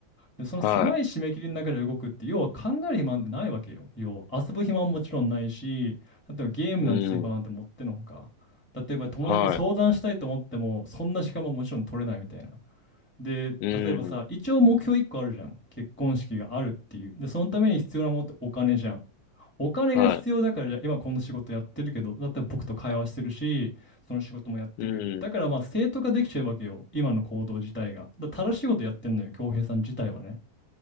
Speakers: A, in the centre; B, on the left.
A: で、その狭い締め切りの中で動くって、
B: は
A: 要は考える暇なんてないわけよ。要は遊ぶ暇ももちろんないし、例えばゲームなんてする暇なんてもってのほか。
B: い。うん。
A: 例えば友達に相談したいと思っても、
B: は
A: そんな時間ももちろん取れないみたいな。で、
B: い。う
A: 例えばさ、
B: ん。
A: 一応目標1個あるじゃん。結婚式があるっていう。で、そのために必要なものってお金じゃん。お金が必要だから、
B: は
A: じゃあ今この仕事やってるけど、だって僕と会話してるし、その仕事もやってる。
B: い。うん。
A: だからまあ正当化できちゃうわけよ。今の行動自体が。だから正しいことやってんのよ、恭平さん自体はね。